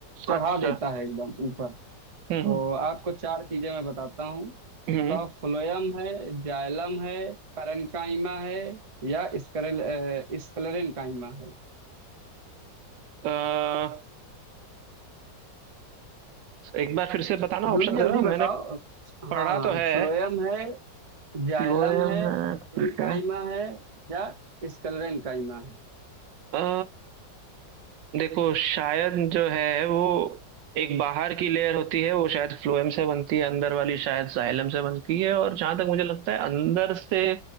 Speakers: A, on the right; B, on the right.
A: चढ़ा
B: अच्छा
A: देता है एकदम ऊपर तो
B: हम्म
A: आपको चार चीजें मैं बताता हूँ
B: हम्म
A: बताओ फ्लोयम है जाइलम है पैरेन्काइमा है या स्करल अ, स्क्लेरेन्काइमा है
B: अ, एक बार फिर से बताना
A: जल्दी
B: ऑप्शन
A: जल्दी
B: जरा
A: बताओ
B: मैंने पढ़ा
A: हाँ हाँ
B: तो है
A: फ्लोयम है जाइलम
B: लोहे
A: है
B: में
A: पैरेन्काइमा
B: ठीक है
A: है या स्क्लेरेन्काइमा है
B: अ, देखो शायद जो है वो एक बाहर की लेयर होती है वो शायद फ्लोएम से बनती है अंदर वाली शायद जाइलम से बनती है और जहां तक मुझे लगता है अंदर से